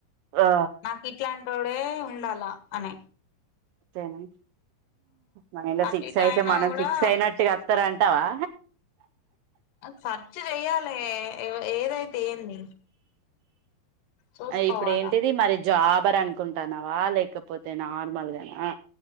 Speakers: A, on the right; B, on the left.
A: ఆ
B: నాక్ ఇట్లాన్ ఇక్కడే ఉండాల అనే
A: అంతేనా మైండ్ల
B: అటు
A: ఫీక్స్
B: ఇటు
A: అయితే
B: అయినా
A: మనం
B: కూడా
A: ఫీక్స్ అయినట్టుగా అత్తరం ఇత్తావా
B: సర్చ్ చెయ్యాలే ఎవ్ ఏదైతే ఏంది చూసుకోవాలా
A: అయ్ ఇప్పుడు ఏంటిది మరి జాబర్ అనుకుంటాన్నావా లేకపోతే నార్మల్గానా